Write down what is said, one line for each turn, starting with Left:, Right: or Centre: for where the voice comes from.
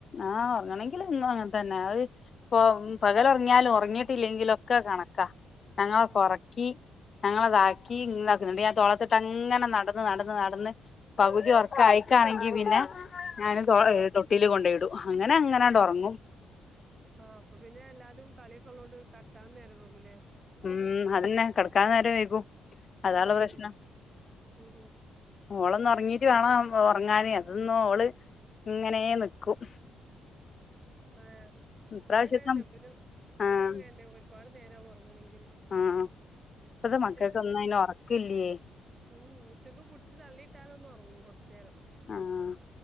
Left: ആഹ് ഉറങ്ങണെങ്കിൽ ന്നും അങ്ങനതന്നെ അത് ഇപ്പൊ പകലൊറങ്ങിയാൽ ഒറങ്ങിട്ടില്ലെങ്കിലൊക്കെ കണക്കാ ഞങ്ങലൊക്കൊറക്കി
Right: ആഹ്
Left: ഞങ്ങളതാക്കി ഇങ്ങാക്കുന്നുണ്ട് ഞാൻ തോളത്തിട്ട് അങ്ങനെ നടന്ന് നടന്ന് നടന്ന് പകുതി ഒറക്കയിക്കാണെങ്കി പിന്നെ ഞാനും തൊ
Right: ആഹ്
Left: തൊട്ടില് കൊണ്ടോയിട് അങ്ങനെ അങ്ങനാണ്ടോറങ്ങും
Right: ആഹ് അപ്പൊ പിന്നെ എല്ലാരും കളിയൊക്കെ ഉള്ളതോണ്ട് കട്ക്കാനും നേരം വെകൂലേ
Left: ഉം അതന്നെ കെടക്കാൻ നേരം വൈകും അതളൊ
Right: ഉം ഉം
Left: പ്രശ്നം
Right: ഉം ഉം
Left: ഓളൊന്നൊറങ്ങി റ്റ് വേണം ഒറങ്ങാനെ അതന്നൊള് ഇങ്ങനെ നിക്കും
Right: ആ്
Left: ഇപ്രാവശ്യത്തെ
Right: ഇവിടെ ങ്ങന്നെ ഇവനു
Left: ആഹ്
Right: ഇനു അങ്ങനന്നെ ഒരുപാട് നേര ഒറങ്ങണെങ്കില്
Left: ആഹ് ഇപ്പത്തെ
Right: ഉച്ചക്ക്
Left: മക്കൾക്കൊന്നും
Right: പിടിച്ച്
Left: അതിന് ഉറക്കില്ലേ
Right: ഉം ഉച്ചക്ക് പിടിച്ച് തള്ളിയിട്ടാലൊന്നൊറങ്ങും കൊറച്ചെരം
Left: ആഹ്